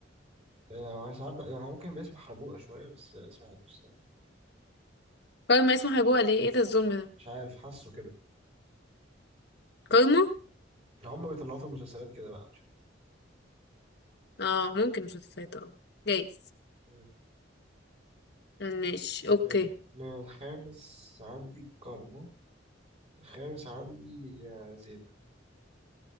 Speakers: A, on the right; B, on the left.
A: آه، هو ساعات بقى يعني هو ممكن باسم حربوقة شوية بس آه، اسمه حلو الصراحة
B: كارما اسمه هيبقى ليه ايه إيه ده الظلم ده
A: مش عارف حاسه كده
B: كارما
A: يعني هما بيطلعوه في المسلسلات كده بقى مش عارف
B: اه ممكن مسلسلات اه جايز
A: مم.
B: ماشي اوكي
A: ماشي أنا الخامس عندي كارما الخامس عندي آه، زينة